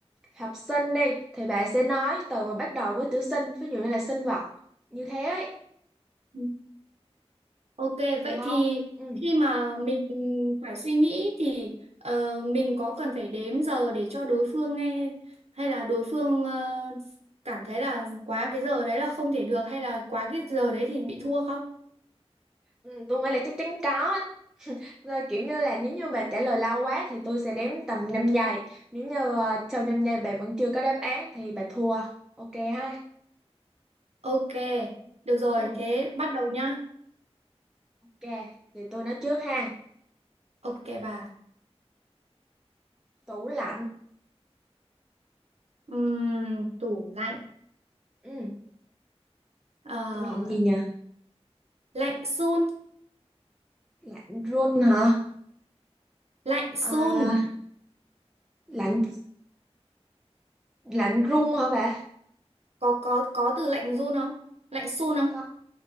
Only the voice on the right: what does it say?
Ừ. Ok,
vậy
thì
khi mà mình phải suy nghĩ thì ờ, mình có cần phải đếm giờ để cho đối phương nghe hay là đối phương ờ, cảm thấy là quá cái giờ đấy là không thể được hay là quá cái giờ đấy thì bị thua không?
Ok, được rồi,
thế bắt đầu nhá.
Ok bà.
Ừm, tủ lạnh.
Ờ,
lạnh sun
lạnh sun
có có có từ lạnh run không lạnh sun không